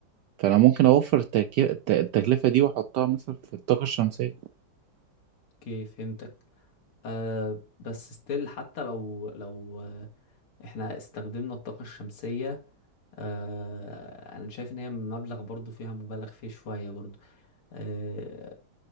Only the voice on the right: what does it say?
فأنا ممكن أوفر التكي... الت- التكلفة دي وأحطها مثلا في الطاقة الشمسية